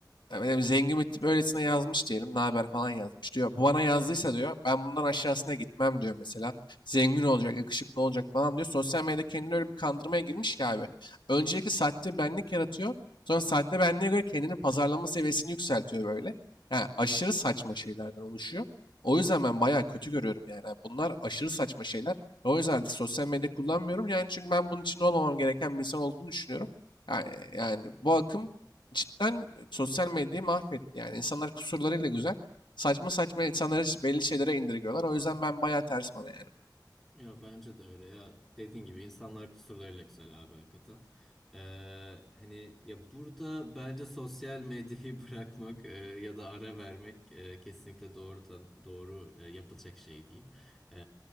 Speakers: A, on the left; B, in the centre.
A: Ya benim zengin bir tip öylesine yazmış diyelim. Ne haber falan yazmış diyor. Bu bana yazdıysa diyor. Ben bundan aşağısına gitmem diyor mesela. Zengin olacak, yakışıklı olacak falan diyor. Sosyal medyada kendini öyle bir kandırmaya girmiş ki abi. Öncelikle sahte benlik yaratıyor. Sonra sahte benliğe göre kendini pazarlama seviyesini yükseltiyor böyle. Yani aşırı saçma şeylerden oluşuyor. O yüzden ben bayağı kötü görüyorum yani. Yani Bunlar aşırı saçma şeyler. Ve O yüzden de sosyal medya kullanmıyorum. Yani çünkü ben bunun için olmamam gereken bir insan olduğunu düşünüyorum. Yani, yani bu akım cidden sosyal medyayı mahvetti yani. İnsanlar kusurlarıyla güzel. Saçma saçma insanları belli şeylere indirgiyorlar. O yüzden ben bayağı ters bana yani.
B: Ya bence de öyle ya dediğin gibi insanlar kusurlarıyla güzel abi hakikaten. Ee, hani ya burada bence sosyal medyayı <laughs> bırakmak e, ya da ara vermek e, kesinlikle doğru tan- doğru e, yapılacak şey diyeyim. Ee,